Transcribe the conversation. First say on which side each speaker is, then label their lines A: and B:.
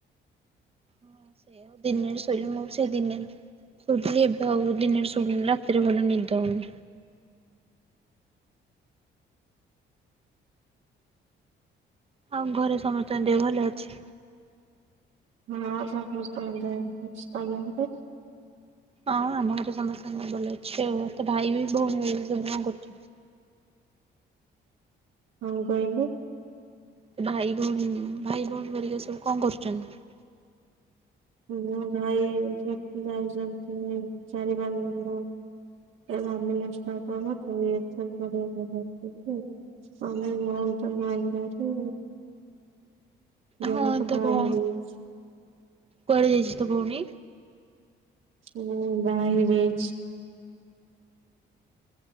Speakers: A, on the right; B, on the right.
A: ହଁ ସେ ଆଉ ଦିନେରେ ଶୋଇଲ ମୁଁ ସେ ଦିନେ ଶୋଉଥିଲି ଏବେ ଆଉ ଦିନରେ ଶୋଇଲେ ରାତିରେ ଭଲ ନିଦ ହଉନି। ଆଉ ଘରେ ସମସ୍ତଙ୍କ ଦେହ ଭଲ ଅଛି।
B: ହଁ ସମସ୍ତଙ୍କ ଦେହ ଭଲ ଅଛି ତମ ଘରେ?
A: ହଁ ଆମ ଘରେ ସମସ୍ତଙ୍କ ଦେହ ଭଲ ଅଛି ଆଉ ଏତେ ଭାଇ ଭଉଣୀ କଣ କରୁଛନ୍ତି?
B: କଣ କହିଲୁ?
A: ଭାଇ ଭଉଣୀ ଭାଇ ଭଉଣୀ ହେରିକା ସବୁ କଣ କରୁଛନ୍ତି?
B: ମୋ ଭାଇ ସେଠି ଯାଇଛନ୍ତି ଚାରି ପାଞ୍ଚ ଦିନ ଏ ଆାମେଷ୍ଟାର୍ ହ <unintelligible> ଆମେ ଜଲ ତ ନା ଘରେ ଜଣେ
A: ହଁ
B: ତ
A: ତୋ
B: ବାହା
A: ଭଉଣୀ
B: ହେଇ ଯାଇଛି।
A: କୁଆଡେ ଯାଇଛି ତ ଭଉଣୀ।
B: ହ ବାହା ହେଇ ଯାଇଛି।